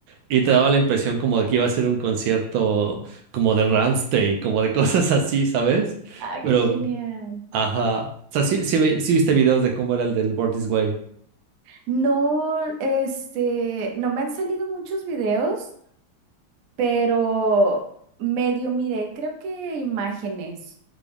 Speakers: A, on the right; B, on the right.
A: y te daba la impresión como de que iba a ser un concierto como de Rammstein, como de <laughs> cosas así, ¿sabes?
B: Ah,
A: Pero,
B: qué genial.
A: ajá. O sea, sí, sí, vi- sí viste videos de cómo era el del Born This Way.
B: No, este, no me han salido muchos videos, pero medio miré, creo que imágenes.